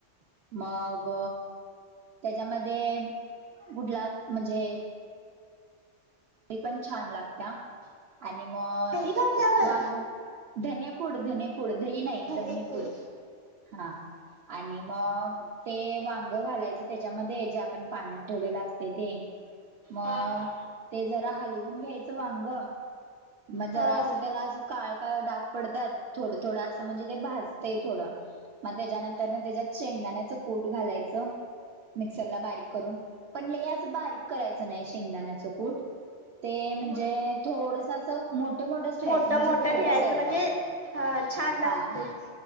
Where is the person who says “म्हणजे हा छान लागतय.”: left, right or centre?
Right